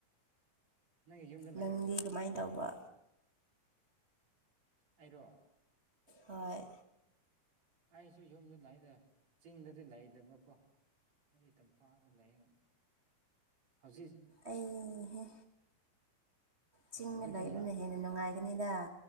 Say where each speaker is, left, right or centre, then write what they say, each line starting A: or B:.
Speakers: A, on the right (about 60°); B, on the right (about 40°).
A: ꯅꯪꯒꯤ ꯌꯨꯝꯗ ꯂꯩꯔꯕ꯭ꯔꯣ
B: ꯅꯪꯗꯤ ꯀꯃꯥꯏꯅ ꯇꯧꯕ
A: ꯑꯩꯔꯣ
B: ꯍꯣꯏ
A: ꯑꯩꯁꯨ ꯌꯨꯝꯗ ꯂꯩꯗ ꯆꯤꯡꯗꯗꯤ ꯂꯩꯇꯕꯀꯣ ꯑꯩꯗꯤ ꯇꯝꯄꯥꯛꯗ ꯂꯩꯒ ꯍꯧꯖꯤꯛ
B: ꯑꯩꯍ‌ꯦ ꯆꯤꯡꯗ
A: ꯍꯣꯏ ꯍꯧꯖꯤꯛꯇꯤ
B: ꯂꯩꯕꯅ
A: ꯌꯥ
B: ꯍꯦꯟꯅ ꯅꯨꯡꯉꯥꯏꯒꯅꯤꯗ